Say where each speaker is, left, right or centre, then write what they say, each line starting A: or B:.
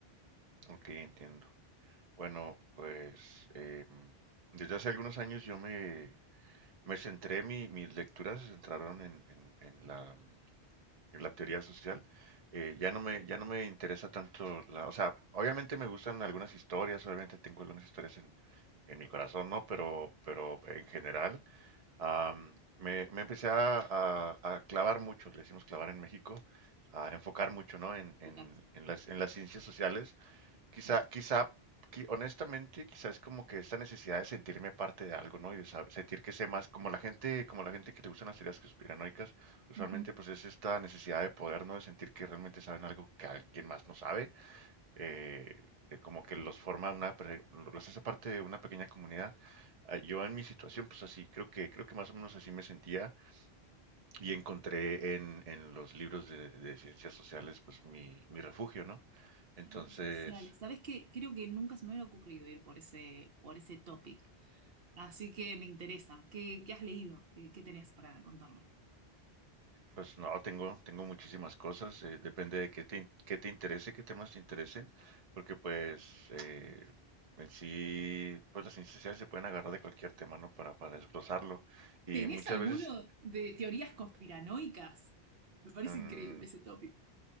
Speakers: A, on the right; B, on the right.
A: Ok, entiendo. Bueno, pues eh, desde hace algunos años yo me, me centré, mi- mis lecturas se centraron en, en- en la, en la teoría social. Eh, ya no me, ya no me interesa tanto la, o sea, obviamente me gustan algunas historias, obviamente tengo algunas historias en, en mi corazón, ¿no? Pero, pero en general. am, me, me empecé a, a- a clavar mucho, le decimos clavar en México, a enfocar mucho, ¿no? En, en-
B: Ok,
A: en las, en las ciencias sociales. Quizá,
B: bien.
A: quizá, qui- honestamente, quizá es como que esta necesidad de sentirme parte de algo, ¿no? Y de saber- sentir que sé más, como la gente, como la gente que le gustan las teorías conspiranoicas, usualmente
B: Ujú.
A: pues es esta necesidad de poder, ¿no? De sentir que realmente saben algo que alguien más no sabe eh, eh, como que los forma una, pre- los hace parte de una pequeña comunidad. Ah, Yo en mi situación, pues así, creo que, creo que más o menos así me sentía y encontré en, en los libros de, de ciencias sociales, pues mi, mi refugio, ¿no? Entonces,
B: Ciencias sociales. ¿Sabés qué? Creo que nunca se me hubiera ocurrido ir por ese, por ese topic. Así que me interesa. ¿Qué, qué has leído? ¿Qué, qué tenés para contarme?
A: pues no, tengo, tengo muchísimas cosas, eh, depende de qué te, in- qué te interese, qué temas te interesen, porque pues eh, en sí, pues las ciencias sociales se pueden agarrar de cualquier tema, ¿no? Para, para desglosarlo. Y
B: ¿Tenés
A: muchas
B: alguno
A: veces
B: de teorías conspiranoicas? Me parece
A: mm,
B: increíble ese topic.